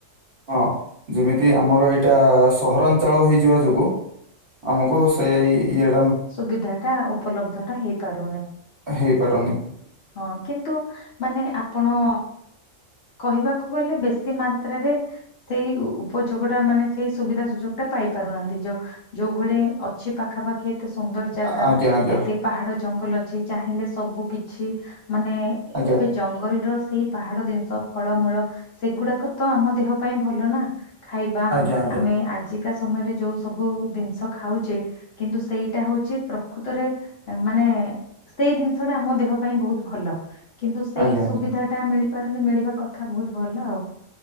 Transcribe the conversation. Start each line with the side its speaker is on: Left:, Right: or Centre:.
Right: ହଁ, ଯେମିତି ଆମର ଏଇଟା ସହରାଞ୍ଚଳ ହେଇଯିବା ଯୋଗୁ ଆମକୁ ସେଇଇ ଇଏ
Left: ସୁବିଧା ଟା ଉପଲବ୍ଧ ଟା ହେଇପାରୁନି।
Right: ହେଇପାରୁନି।
Left: ହଁ, କିନ୍ତୁ ମାନେ ଆପଣ କହିବାକୁ ଗଲେ। ବେଶୀ ମାତ୍ରାରେ ସେଇ ଉପଯୋଗ ଟା ମାନେ ସେଇ ସୁବିଧା ସୁଯୋଗ ଟା ପାଇ ପାରୁନାହାନ୍ତି ଯଉ ଯୋଉ ଭଳି ଅଛି ପାଖାପାଖ୍ ଏତେ ସୁନ୍ଦର ଜାଗା।
Right: ଆ- ଆଜ୍ଞା ଆଜ୍ଞା
Left: ଏତେ ପାହାଡ ଜଙ୍ଗଲ ଅଛି। ଚାହିଁଲେ ସବୁ କିଛି ଛି, ମାନେ
Right: ଆଜ୍ଞା
Left: ଏବେଯ ଜଙ୍ଗଲର ସେଇ ପାହାଡ ଜିନିଷ ଫଳମୂଳ ସେଗୁଡାକ ତ ଆମ ଦେହ ପାଇଁ ଭଲ ନା। ଖାଇବା
Right: ଆଜ୍ଞା ଆଜ୍ଞା
Left: ଆମେ ଆଜିକା ସମୟରେ ଯୋଉ ସବୁ ଜିନିଷ ଖାଉଛେ କିନ୍ତୁ ସେଇଟା ହଉଛି ପ୍ରକୃତରେ ମାନେ ସେଇ ଜିନିଷ ଟା ଆମ ଦେହ ପାଇଁ ବହୁତ୍ ଭଲ କିନ୍ତୁ ସେ
Right: ଆଜ୍ଞା
Left: ସୁବିଧାଟା
Right: ଆଜ୍ଞା
Left: ମିଳିପାରୁନି ମିଳିବା କଥା ବହୁତ ଭଲ ଆଉ